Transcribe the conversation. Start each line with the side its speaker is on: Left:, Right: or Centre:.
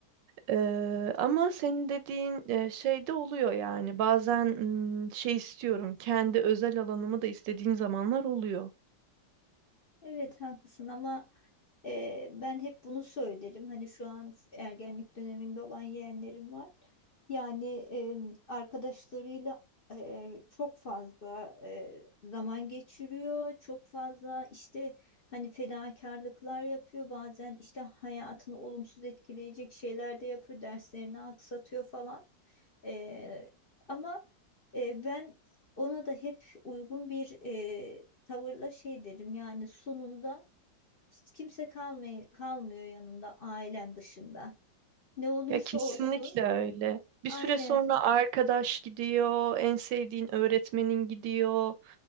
Right: Ee, ama senin dediğin e, şey de oluyor yani. Bazen mm, şey istiyorum, kendi özel alanımı da istediğim zamanlar oluyor.
Left: Evet haklısın ama Ee, ben hep bunu söylerim. Hani şu an şu ergenlik döneminde olan yeğenlerim var. Yani e, arkadaşlarıyla e, çok fazla e, zaman geçiriyor. Çok fazla işte hani fedakarlıklar yapıyor. Bazen işte hayatını olumsuz etkileyecek şeyler de yapıyor. Derslerini aksatıyor falan. Ee, ama e, ben ona da hep uygun bir e, tavırla şey derim. Yani sonunda hiç kimse kalmay kalmıyor yanında ailen dışında. Ne olursa
Right: Ya kesinlikle
Left: olsun
Right: öyle. Bir
Left: aynen
Right: süre sonra arkadaş gidiyor, en sevdiğin öğretmenin gidiyor.